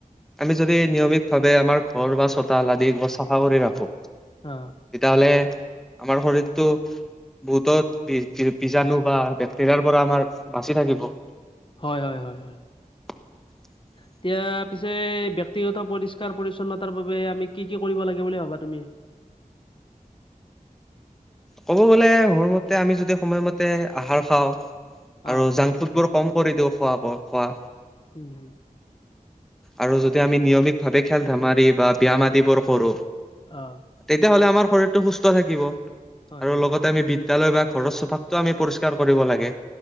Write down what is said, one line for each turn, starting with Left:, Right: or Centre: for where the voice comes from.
Centre: আমি যদি নিয়মিত ভাৱে আমাৰ ঘৰ বা চোতাল আদি চাফা কৰি ৰাখোঁ।
Left: অ।
Centre: তেতিয়াহ'লে আমাৰ শৰীৰটো বহুতত বীজাণু বা বেক্টেৰিয়াৰ পৰা আমাৰ বাচি থাকিব।
Left: হয়- হয়- হয়- হয়।
Centre: <inaudible>
Left: এতিয়া পিছে ব্যক্তিগত পৰিষ্কাৰ পৰিচ্ছন্নতাৰ বাবে আমি কি কি কৰিব লাগে বুলি ভাবা তুমি?
Centre: ক'ব গ'লে মোৰ মতে আমি যদি সময়মতে আহাৰ খাওঁ
Left: অ
Centre: আৰু জাংক ফুড বোৰ কম কৰি দিওঁ খোৱা। বহুত খোৱা।
Left: উম, হুম।
Centre: আৰু যদি আমি নিয়মিত ভাৱে খেল- ধেমালি বা ব্যায়াম আদিবোৰ কৰোঁ।
Left: অ।
Centre: তেতিয়াহ'লে আমাৰ শৰীৰটো সুস্থ থাকিব।
Left: হয়
Centre: আৰু
Left: হয়
Centre: লগতে আমি বিদ্যয়ালয় বা ঘৰৰ চৌপাশত টো আমি পৰিষ্কাৰ কৰিব লাগে।